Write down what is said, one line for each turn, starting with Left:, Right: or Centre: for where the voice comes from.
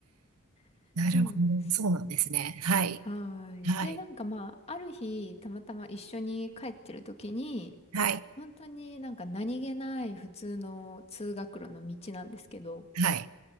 Left: <laughs>
Right: なるほど。
Left: そうです。
Right: そうなんですね。はい。
Left: はーい。
Right: はい。
Left: で、なんかまあ、ある日、たまたま一緒に帰ってる時に、
Right: はい。
Left: 本当になんか何気ない普通の通学路の道なんですけど、
Right: はい。